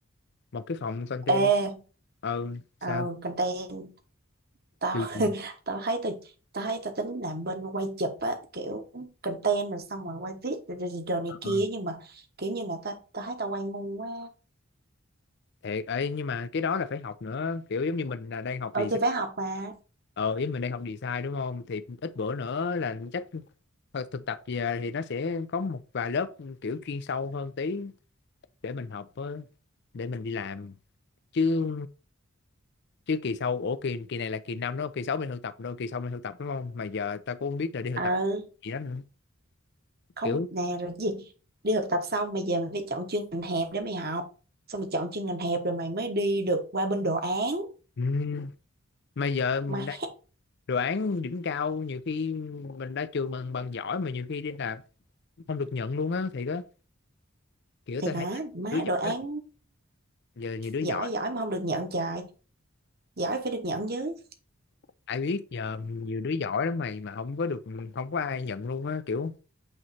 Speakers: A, on the left; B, on the right.
A: một cái phòng content
B: ê,
A: ờ
B: ờ,
A: sao
B: content tao
A: điều
B: <laughs>
A: gì
B: tao thấy tao tao thấy tao tính làm bên quay chụp á kiểu content rồi xong rồi quay viết rồi, rồi, rồi này
A: ờ,
B: kia nhưng mà kiểu như là tao tao thấy tao quay ngu quá
A: thiệt ấy nhưng mà cái đó là phải học nữa kiểu giống như mình là đang học
B: ừ
A: design
B: thì phải học mà
A: ờ với mình đang học design đúng không thì ít bữa nữa là chắc ờ, thực tập về thì nó sẽ có một vài lớp kiểu chuyên sâu hơn tí để mình học với để mình đi làm chứ chứ kỳ sau ủa kỳ kỳ này là kỳ năm đó kỳ sáu mình thực tập đâu kỳ sau mình thực tập đúng không mà giờ ta cũng không biết là đi thực
B: ờ
A: tập gì đó nữa.
B: không
A: kiểu
B: nè rồi cái gì đi thực tập xong mày về mày phải chọn chuyên ngành hẹp để mày học xong mày chọn chuyên ngành hẹp rồi mày mới đi được qua bên đồ án
A: ừ, mà giờ mình
B: má
A: đã đoán đỉnh cao nhiều khi mình ra trường mình bằng giỏi mà nhiều khi đi làm không được nhận luôn á thì có kiểu
B: thì
A: ta thấy
B: hả má
A: đứa giỏi
B: đồ án
A: lắm. giờ nhiều đứa giỏi
B: giỏi giỏi mà không được nhận trời giỏi phải được nhận chứ
A: ai biết giờ nhiều đứa giỏi lắm mày mà không có được không có ai nhận luôn á kiểu